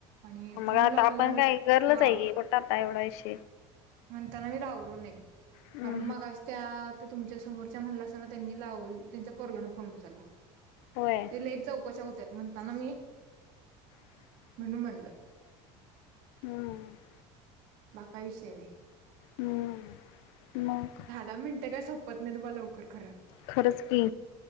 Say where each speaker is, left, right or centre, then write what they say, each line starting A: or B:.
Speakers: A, on the right; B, on the left.
A: आणि
B: मग
A: फोन
B: आता
A: लावल्या
B: आपण काय गर्लच
A: हा
B: आहे की आता एवढा विश
A: म्हणताना मी लावलो नाही
B: हम्म
A: कारण
B: हम्म.
A: मगाशी त्या तुमच्या समोरच्या म्हणलास ना त्यांच्या पोरग्यांनी फोन उचलला
B: होय.
A: ते लेट चौकशा म्हणताना मी
B: हम्
A: म्हणून म्हणलं बाकी काय विषय नाही
B: हम्म मग
A: दहा दहा मिनटं काय सप लवकर कर
B: खरंच की